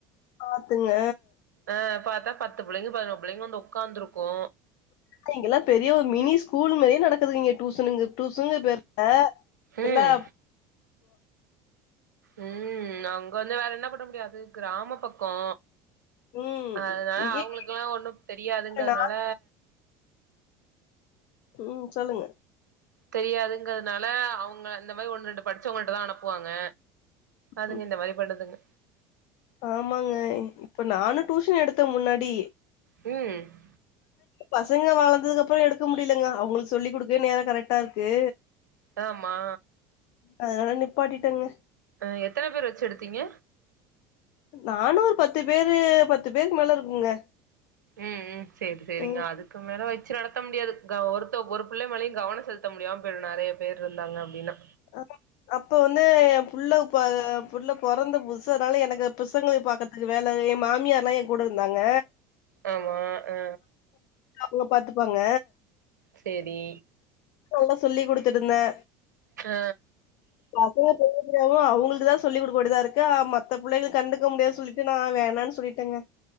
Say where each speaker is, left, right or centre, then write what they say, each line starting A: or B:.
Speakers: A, on the left; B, on the right.
A: பாத்துங்க
B: ஆ பாத்தா பத்து பிள்ளைங்க பதினோரு பிள்ளைங்க வந்து உக்காந்துருக்கு
A: இங்கெல்லா பெரிய ஒரு மினி ஸ்கூல் மாரியே நடக்குதுங்க டியூசனு சுங்க பேருக்க
B: ம்
A: எல்லா
B: ம் அங்க வந்து வேற என்ன பண்ண முடியாது கிராம பக்கோ
A: ம்
B: அதனால
A: இங்கயே
B: அவங்களுக்குல்லா ஒண்ணு தெரியாதுங்கிறதுனால
A: நா ம் சொல்லுங்க
B: தெரியாதுங்கிறதுனால அவங்க இந்த மாரி ஒண்ணு ரெண்டு படிச்சவங்கள்ட்டதா அனுப்புவாங்க அதுங்க
A: ம்
B: இந்த மாரி பண்ணுதுங்க
A: ஆமாங்க இப்ப நானு டடூஷன் எடுத்த முன்னாடி
B: ம்
A: பசங்க வளந்ததுக்கு அப்பறோ எடுக்க முடியலங்க அவங்களுக்கு சொல்லி்க் குடுக்கவே நேரோ கரெக்டா இருக்கு
B: ஆமா
A: அதனால நிப்பாட்டிட்டங்க
B: ஆ எத்தன பேர்ர வெச்சு எடுத்தீங்க
A: நானு ஒரு பத்து பேரு பத்து பேருக்கு மேல இருக்குங்க
B: ம் ம் சேரி சேரிங்க
A: ம்
B: அது க்கு மேல வெச்சு நடத்த முடியாது க ஒருத்த ஒரு புள்ள மேலயு கவன செலுத்த முடியாம போயிடு நெறைய பேரு இருந்தாங்க அப்டின்னா
A: ஆமா அப்ப வந்து ஏ புள்ள ப புள்ள பொறந்த புது சுனால எனக்கு பிசங்கள பாக்கறதுக்கு வேல எ மாமியார்ல்லா எ கூட இருந்தாங்க
B: ஆமா ஆ
A: அவங்க பாத்துப்பாங்க
B: சேரி
A: நல்லா சொல்லிக் குடுத்துட்ருந்தே
B: ஆ
A: பசங்களுக்கு சொல்ல முடியு அவங்களுக்கு தா சொல்லி குடுக்க வேண்டியதுதா இருக்கு அ மத்த புள்ளைங்க கண்டுக்க முடியாது சொல்லி நா வேணான்னு சொல்லிட்டேங்க